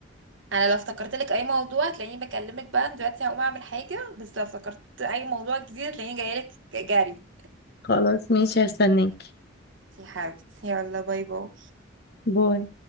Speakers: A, on the right (about 75°); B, on the left (about 55°).
A: انا لو افتكرت لك اي موضوع هتلاقيني بكلمك بقى أنا دلوقتي هقوم اعمل حاجة بس لو افتكرت اي موضوع جديد هتلاقيني جايلك جري
B: خلاص ماشي هستناك
A: يا حبيبتي يلا باي باي
B: باي